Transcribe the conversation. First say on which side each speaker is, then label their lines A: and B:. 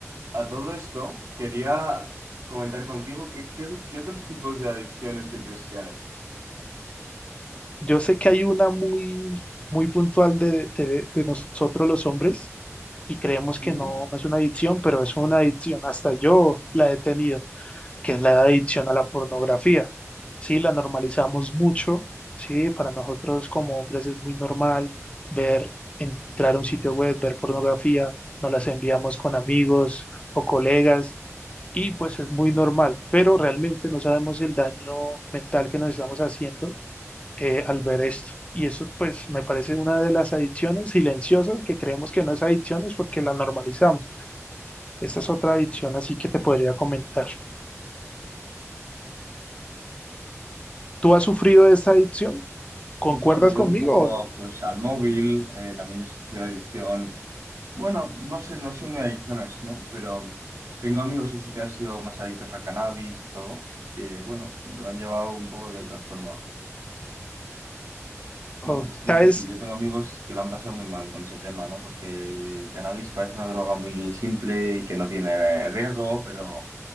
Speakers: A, on the right (about 75°); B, on the left (about 25°).
A: a todo esto quería comentar contigo qué, qué, qué otros tipos de adicciones te crees que hay.
B: Yo sé que hay una muy, muy puntual de, de, de nosotros los hombres y creemos
A: Ujú.
B: que no, no es una adicción, pero es una adicción. Hasta yo la he tenido. que es la adicción a la pornografía. Sí, la normalizamos mucho, sí, para nosotros como hombres es muy normal ver, entrar a un sitio web, ver pornografía, nos las enviamos con amigos o colegas y pues es muy normal, pero realmente no sabemos el daño mental que nos estamos haciendo eh, al ver esto. Y eso pues me parece una de las adicciones silenciosas que creemos que no es adicciones porque la normalizamos. Esta es otra adicción así que te podría comentar. ¿Tú has sufrido de esta adicción? ¿Concuerdas
A: Bueno, yo
B: conmigo
A: un poco
B: o no?
A: pues al móvil, eh, también he sufrido adicción. Bueno, no sé, no soy muy adicciones, ¿no? Pero tengo amigos que sí que han sido más adictos al cannabis y todo, que bueno, lo han llevado un poco de otra forma. No,
B: O-
A: es difícil.
B: ¿Sabes?
A: Yo tengo amigos que lo han pasado muy mal con ese tema, ¿no? Porque el cannabis parece una droga muy simple y que no tiene riesgo, pero,